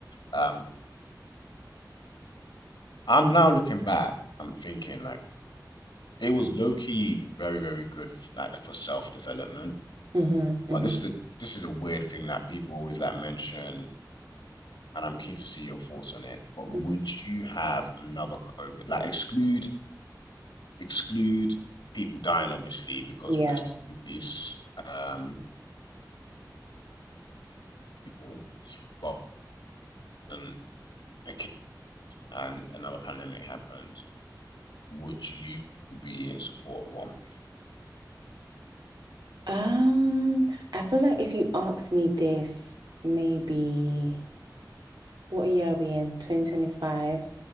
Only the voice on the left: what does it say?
Um, I'm now looking back, I'm thinking like it was low key very, very good f- like for self-development.
But
this is a this is a weird thing that people always like mention, and I'm keen to see your thoughts on it. But would
you have another COVID? Like exclude exclude people dying, obviously, because
rest in peace, um, people. But um, okay, and another pandemic happened. Would you be in support of one?